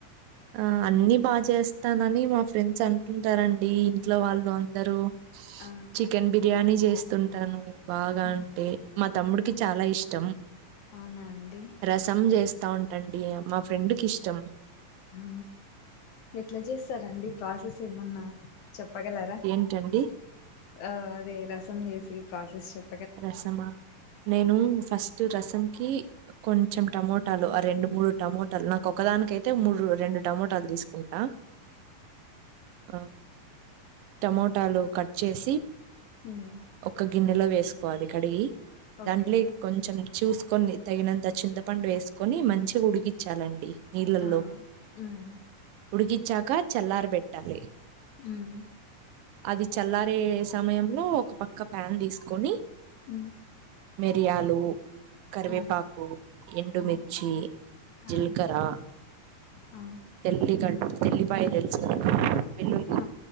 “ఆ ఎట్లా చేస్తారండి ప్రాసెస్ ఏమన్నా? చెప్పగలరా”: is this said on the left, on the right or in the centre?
Left